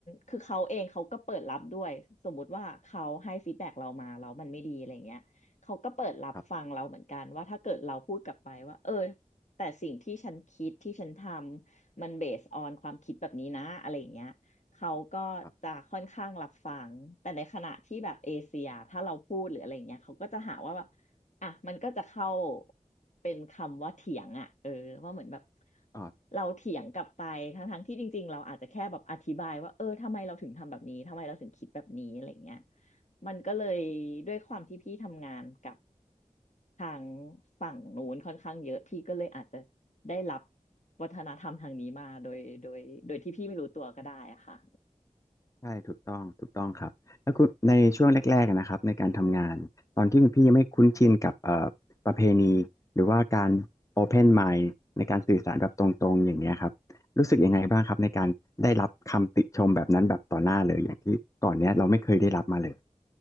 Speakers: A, on the left; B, on the left.
A: คือเขาเองเขาก็เปิดรับด้วยสมมุติว่าเขาให้ฟีดแบ็กเรามาแล้วมันไม่ดีอะไรเงี้ยเขาก็เปิดรับฟังเราเหมือนกันว่าถ้าเกิดเราพูดกลับไปว่าเออ
B: ครับ
A: แต่สิ่งที่ฉันคิดที่ฉันทำ มันเบสออนความคิดแบบนี้นะอะไรอย่างเงี้ยเขาก็จะค่อนข้างรับฟังแต่ในขณะที่แบบเอเชียถ้าเราพูดหรืออะไรอย่างเงี้ยเขาก็จะหาว่าแบบ
B: ครับ
A: อ่ะมันก็จะเข้าเป็นคำว่าเถียงอ่ะเออว่าเหมือนแบบ
B: อ่า
A: เราเถียงกลับไปทั้งทั้งที่จริงๆเราอาจจะแค่แบบอธิบายว่าเออทำไมเราถึงทำแบบนี้ทำไมเราถึงคิดแบบนี้อะไรอย่างเงี้ย มันก็เลยด้วยความที่พี่ทำงานกับทางฝั่งนู้นค่อนข้างเยอะพี่ก็เลยอาจจะได้รับวัฒนธรรมทางนี้มาโดยโดยโดยที่พี่ไม่รู้ตัวก็ได้อะค่ะ
B: ใช่ถูกต้องถูกต้องครับแล้วคุณในช่วงแรกๆอะนะครับในการทำงานตอนที่คุณพี่ยังไม่คุ้นชินกับเอ่อประเพณีหรือว่าการ Open Mind ในการสื่อสารแบบตรงๆอย่างเงี้ยครับรู้สึกยังไงบ้างครับในการได้รับคำติชมแบบนั้นแบบต่อหน้าเลยอย่างที่ก่อนเนี้ยเราไม่เคยได้รับมาเลย